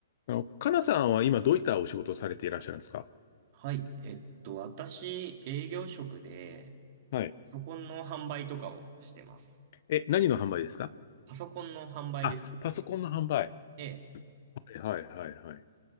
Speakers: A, on the left; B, on the right.
A: あの、かなさんは今どういったお仕事をされていらっしゃるんですか
B: はい。えっと、私、営業職で、
A: はい。
B: パソコンの販売とかをしてます。
A: え、何の販売ですか
B: パソコンの販売です。
A: あ、パソコンの販売。
B: で、
A: はいはいはいはい。